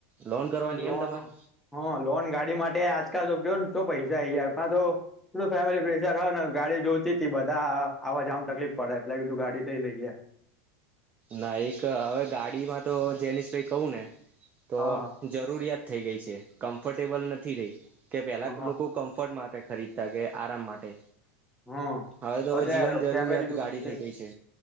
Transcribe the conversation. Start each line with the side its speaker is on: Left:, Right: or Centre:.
Right: લોન કરવાની
Centre: લોન
Right: એમ તમારે
Centre: હ લોન ગાડી માટે આજકાલ તો ગયો તો પૈસા યાર પા તો થોડું ફેમિલી પ્રેશર હોય ને ગાડી જોઈતીતી બધા આવા જવામાં તકલીફ પડે એટલે કીધું ગાડી લઈ લઈએ. <inaudible>
Right: ના એક હવે ગાડીમાં તો જેનીસ ભાઈ કહું ને તો
Centre: હા
Right: જરૂરિયાત થઇ ગઈ છે. કમ્ફર્ટેબલ નથી રહી કે પેલા
Centre: હા
Right: લોકો કમ્ફર્ટ માટે ખરીદતા કે આરામ માટે
Centre: હા
Right: હવે તો
Centre: હો
Right: જીવન
Centre: યાર
Right: જરૂરિયાત
Centre: ફેમિલી બી
Right: ગાડી
Centre: મોટી
Right: થઈ ગઈ છે.